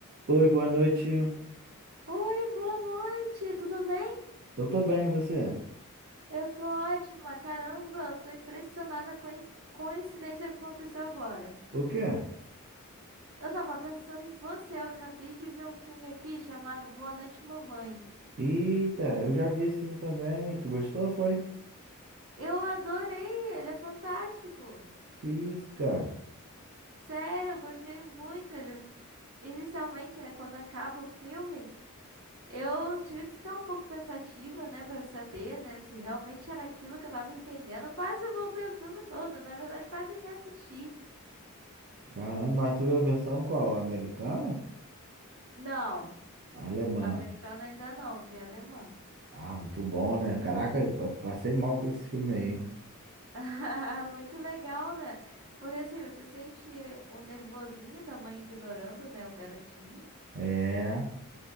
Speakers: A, on the right (about 45°); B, on the right (about 75°).
A: Oi, boa noite.
B: Oi, boa noite, tudo bem?
A: Eu tô bem, e você?
B: Eu tô ótima, caramba, eu tô impressionada com a coincidência que aconteceu agora.
A: O quê?
B: Eu tava pensando em você, eu acabei de ver um filme aqui chamado Boa Noite, Mamãe.
A: Eita, eu já vi esse filme também. Tu gostou, foi?
B: Eu adorei, ele é fantástico.
A: Que isso, cara?
B: Sério, eu gostei muito. Ele inicialmente, né, quando acaba o filme, eu tive que ficar um pouco pensativa, né, pra saber, né, se realmente era aquilo que eu tava entendendo. Eu quase voltei o filme todo, na verdade, quase reassisti.
A: Caramba, mas tu viu a versão qual? Americana?
B: Não,
A: Alemã.
B: americana ainda não, vi alemã.
A: Ah, muito bom, né? Caraca, eu pa- passei mal com esse filme aí.
B: <laughs> Muito legal, né? Porque assim, você sente o nervosinho da mãe ignorando, né, o garotinho.
A: É,